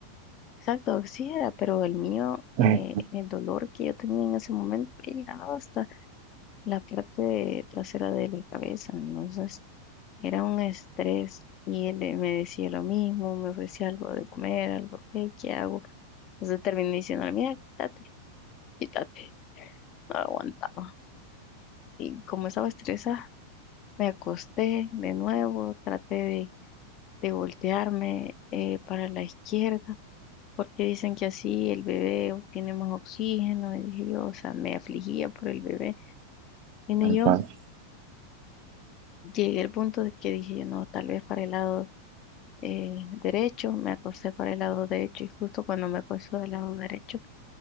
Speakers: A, on the left; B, on the right.
A: Exacto, sí era, pero el mío,
B: Ay,
A: eh, el dolor que yo tenía en ese momento llegaba hasta la parte trasera de la cabeza. Entonces, era un estrés y él eh, me decía lo mismo, me ofrecía algo de comer, algo, "Hey, ¿qué hago? Entonces terminé diciéndole, mira, quítate, quítate. No aguantaba. Y como estaba estresada, me acosté de nuevo, traté de, de voltearme eh, para la izquierda, porque dicen que así el bebé obtiene más oxígeno. Y dije yo, o sea, me afligía por el bebé. Y
B: tal
A: yo
B: cual.
A: llegué al punto de que dije, no, tal vez para el lado eh, derecho, me acosté para el lado derecho y justo cuando me acosté del lado derecho,